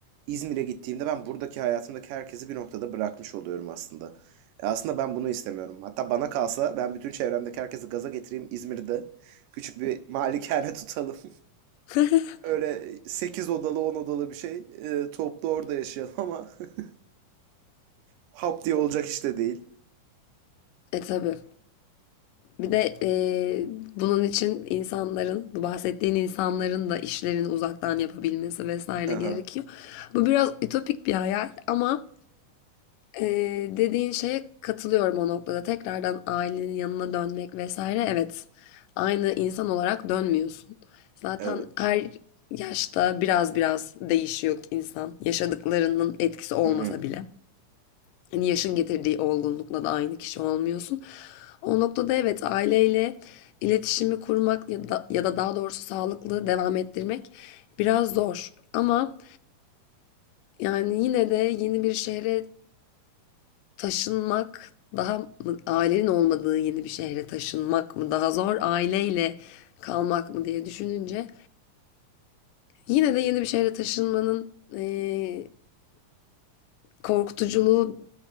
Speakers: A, on the right (about 85°); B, on the left (about 85°).
A: İzmir'e gittiğimde ben buradaki hayatımdaki herkesi bir noktada bırakmış oluyorum aslında. E, aslında ben bunu istemiyorum. Hatta bana kalsa ben bütün çevremdeki herkesi gaza getireyim İzmir'de. Küçük bir malikane tutalım. <laughs>
B: <laughs>
A: Öyle 8 odalı 10 odalı bir şey. E, toplu orada yaşayalım ama <laughs> Hop diye olacak işte değil.
B: E tabii. Bir de eee, bunun için insanların, bu bahsettiğin insanların da işlerini uzaktan yapabilmesi vesaire
A: Aha,
B: gerekiyor. Bu biraz ütopik bir hayal ama eee, dediğin şeye katılıyorum o noktada. Tekrardan ailenin yanına dönmek vesaire evet. Aynı insan olarak dönmüyorsun. Zaten
A: evet.
B: her yaşta biraz biraz değişiyor insan. Yaşadıklarının etkisi olmasa
A: Mhm,
B: bile. Hani yaşın getirdiği olgunlukla da aynı kişi olmuyorsun. O noktada evet aileyle iletişimi kurmak ya da, ya da daha doğrusu sağlıklı devam ettirmek biraz zor. Ama yani yine de yeni bir şehre taşınmak daha mı, ailenin olmadığı yeni bir şehre taşınmak mı daha zor, aileyle kalmak mı diye düşününce yine de yeni bir şehre taşınmanın eee, korkutuculuğu